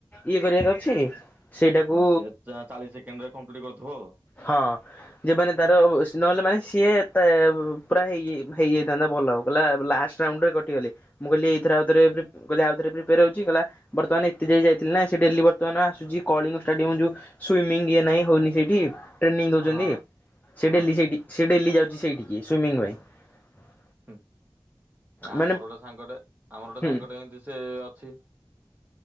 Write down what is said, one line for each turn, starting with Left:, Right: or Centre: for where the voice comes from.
Left: ଇଏ କରିବାର ଅଛି। ସେଇଟାକୁ
Right: ହଁ ସିଏ ଚା ଚାଳିଶ ସେକେଣ୍ଡ ରେ କମ୍ପ୍ଲିଟ୍ କରିଥିବ ଆଉ।
Left: ହଁ ଯେ ମାନେ ତାର ସ୍ନଲ ମାନେ ସିଏ ତେ ପୁରା ହେଇଯାଇ ହେଇଯାଇଥାନ୍ତା ଭଲ କହିଲା ଲାଷ୍ଟ ରାଉଣ୍ଡରେ କଟିଗଲେ। ମୁଁ କହିଲି ଏଇଥର ଆଉଥରେ ପ୍ରି ମୁଁ କହିଲି ଆଉଥରେ ପ୍ରିପାୟର୍ ହଉଛି କଲା ବର୍ତ୍ତମାନ ଏତେ ଯାଏ ଯାଇଥିଲି ନା ସେ ଡେଲି ବର୍ତ୍ତମାନ ଆସୁଛି କଳିଙ୍ଗ ଷ୍ଟାଡିୟମ୍ ଯୋଉ ସୁଇମିଂ ଇଏ ନାଇ ହଉନି ସେଇଠି। ଟ୍ରେନିଂ ଦଉଚନ୍ତି
Right: ଆ ହଁ
Left: ସେ
Right: ହଁ।
Left: ଡେଲି ସେଇଟି ସେ ଡେଲି ଯାଉଛି ସେଇଠିକି ସୁଇମିଙ୍ଗ ପାଇଁ।
Right: ହୁଁ, ଏ ଆମର
Left: ମାନେ
Right: ଗୋଟେ ସାଙ୍ଗଟେ ଆମର ଗୋଟେ
Left: ହୁଁ
Right: ସାଙ୍ଗଟେ ଏମିତି ସେ ଅଛି